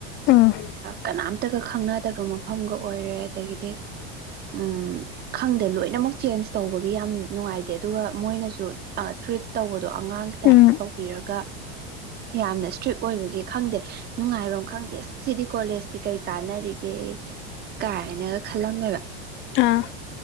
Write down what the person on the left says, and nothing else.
ꯎꯝ
ꯎꯝ
ꯑꯥ